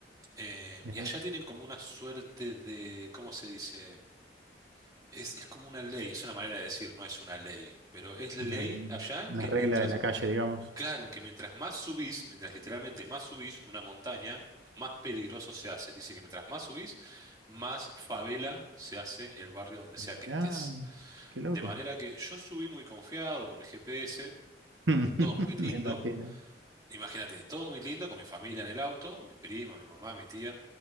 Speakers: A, on the right; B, on the right.
A: eh,
B: Mirá,
A: y allá tienen como una suerte de, ¿cómo se dice? Es, es como una ley, es una manera de decir, no es una ley, pero es ley
B: una,
A: allá
B: una
A: que
B: regla
A: mientras,
B: de la calle, digamos.
A: claro, que mientras más subís, mientras literalmente más subís una montaña, más peligroso se hace. Dice que mientras más subís, más favela se hace el barrio donde sea
B: Mirá,
A: que estés.
B: qué loco.
A: De manera que yo subí muy confiado con el GPS,
B: <laughs>
A: todo muy lindo.
B: Me imagino.
A: Imagínate, todo muy lindo con mi familia en el auto, con mi prima, mi mamá, mi tía.